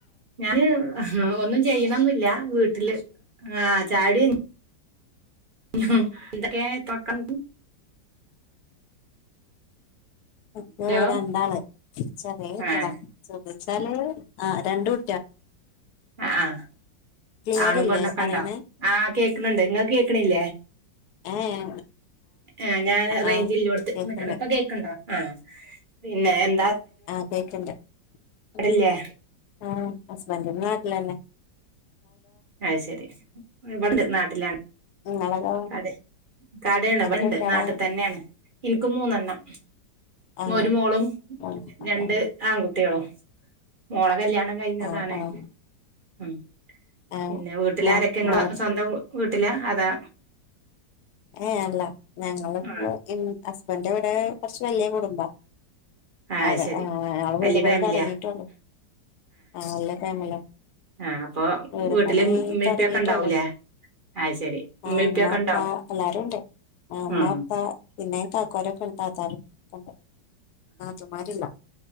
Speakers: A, on the right; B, on the left.
A: ഞാന് ഒന്നും ചെയ്യ്ണൊന്ന്ല്ല. വീട്ട്ല് ആഹ് ചായടി കൈ എന്തൊക്കെ ഇപക്കം
B: ൻക്ക്
A: ഹലോ
B: രണ്ടാള് ചെറേ കുട്ട്യേളാ
A: ആഹ്
B: ചെർദ്ച്ചാല് ആ രണ്ട് കു
A: അഹ് ആഹ്
B: ക്ലിയർ
A: ആണും
B: ഇല്ലേ
A: പെണ്ണെക്കെണ്ടോ
B: പറയണേ
A: ആഹ് കേക്ക്ണ് ണ്ട്. ഇങ്ങക്ക് കേക്ക്ണില്ലേ?
B: ഏഹ്
A: ആഹ് ഞാന് റെയ്ഞ്ചില്ലോട്ത്ത്
B: ആഹ് കേക്കണ്ട്
A: നിക്കണ് ഇപ്പൊ കേക്ക്ണ്ടോ ആ പിന്നെ എൻ
B: ആഹ് കേക്ക്ണ്ട്.
A: ഇവടല്ലേ
B: ഹസ് ആഹ് ഹസ്ബന്റ് നാട്ടിലന്നെ.
A: അയ് ശെരി ഇവടി നാട്ടിലാണ്.
B: നിങ്ങളതോ
A: കടേ കടേണ്
B: എത്ര
A: ഇവണ്ട്
B: കുട്ടികളാ
A: നാട്ട് തന്നേണ് ഇൻക്ക് മൂന്നെണ്ണം.
B: ആഹ്
A: ഒരു മോളും
B: ആഹ്
A: രണ്ട് ആങ്കു ട്ട്യേളും മോളെ കല്യാണം കഴിഞ്ഞതാണ്
B: ആഹ് ആഹ്
A: ഉം.
B: ആഹ്
A: പിന്നെ വീട്ടിലാരൊക്കെ
B: മോ
A: ങ്ങള്
B: മോളെ
A: സ്വന്തം വീട്ടിലാ. അതാ
B: ഏഹ് അല്ല ഞങ്ങളിപ്പോ
A: ആഹ്
B: ഹസ്ബന്റ് ഇവടെ കൊർച്ച് വെല്യ കുടുംബാ.
A: ആഹ്
B: അതെ
A: ശരി
B: ആഹ് ങ്ങളെ
A: വല്യ
B: വീട്പണി
A: ഫാമിലിയാ
B: തൊട്ങ്ങിട്ടുള്ളു. ആഹ് വല്ല്യ ഫേമിലാ.
A: ആഹ് അപ്പൊ
B: വീട്
A: വീട്ടില്
B: പണി
A: ഇമ്മീം
B: തൊട്ങ്ങീട്ടൊള്ളു.
A: ഇപ്പിയൊക്കെ ഇണ്ടാവൂലേ അത് ശരി ഇമ്മീം
B: ആഹ്
A: ഇപ്പിയൊക്കെ
B: മ്മാ
A: ഇണ്ടോ
B: പ്പാ. എല്ലാരുണ്ട് മ്മ
A: ഉം
B: പ്പ പിന്നെ കാക്കാരൊക്കെ ഉം താത്താരും ഒക്കണ്ട്. നാത്തൂൻമാരില്ല.